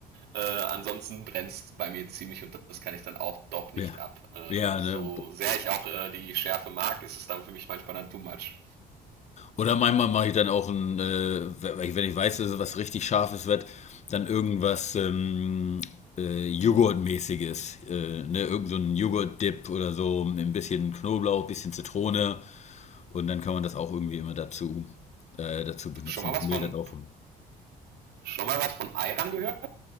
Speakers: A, on the right; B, on the left.
A: Äh, ansonsten brennst bei mir ziemlich und das kann ich dann auch doch nicht
B: ja,
A: ab. Äh,
B: ja
A: so
B: ne?
A: sehr ich auch äh, die Schärfe mag, ist es dann für mich manchmal dann too much.
B: Oder manchmal mache ich dann auch ein, äh, wenn ich weiß, dass es was richtig Scharfes wird, dann irgendwas ähm, äh, Joghurtmäßiges. Äh, ne? Irgend so ein Joghurt-Dip oder so, ein bisschen Knoblauch, ein bisschen Zitrone. Und dann kann man das auch irgendwie immer dazu, äh, dazu benutzen.
A: Schon mal
B: Das
A: was
B: mildert
A: von,
B: auch.
A: schon mal was von Ayran gehört?